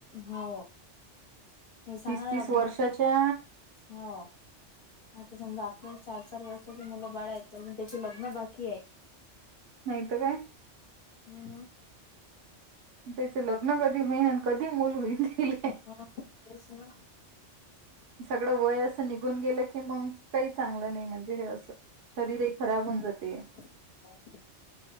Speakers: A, on the left (about 50°); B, on the right (about 60°).
A: हो म सांग.
B: तीस तीस वर्षाच्या
A: हो आता समजा आप चार-चार वर्षाच मुलं बाळ आहेत तर त्याची लग्न बाकी आहे.
B: नाहीत काय.
A: हम् हम.
B: त्याच लग्न कधी होईल आणि कधी मूल होईल.
A: मग तेच ना
B: सगळं वय अस निघून गेलं की मग काही चांगलं नाही म्हणजे हे असं शरीर. खराब होऊन जातय.
A: ह.